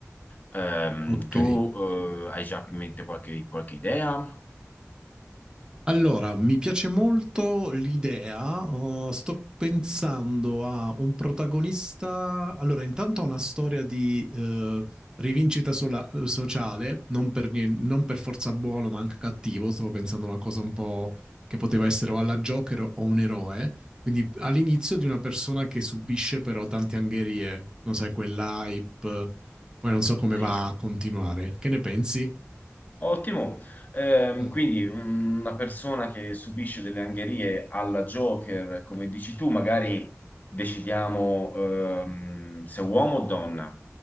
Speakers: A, on the left; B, on the right.
A: Ehm,
B: Ok.
A: tu eh, hai già in mente qualche, qualche idea?
B: Allora, mi piace molto l'idea. uh, sto pensando a un protagonista. Allora, intanto ha una storia di eh, rivincita sola- uh, sociale, non per, nien- non per forza buono, ma anche cattivo. Stavo pensando a una cosa un po' che poteva essere o alla Joker o un eroe. Quindi all'inizio di una persona che subisce però tante angherie, non sai, quell'hype. Poi non so come
A: Sì.
B: va a continuare. Che ne pensi?
A: Ottimo. Ehm,
B: Mm.
A: quindi una persona che subisce delle angherie alla Joker, come dici tu, magari decidiamo ehm, se uomo o donna,